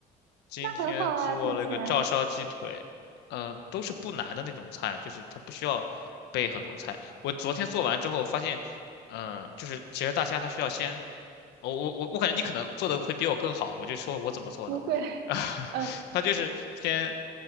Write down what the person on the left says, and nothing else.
今天做了个照烧鸡腿，
嗯、都是不难的那种菜，就是它不需要备很多菜。我昨天做完之后发现，嗯、就是其实大虾它需要先，我我我我感觉你可能做的会比我更好，我就说我怎么做的，
<laughs> 啊，
它就是先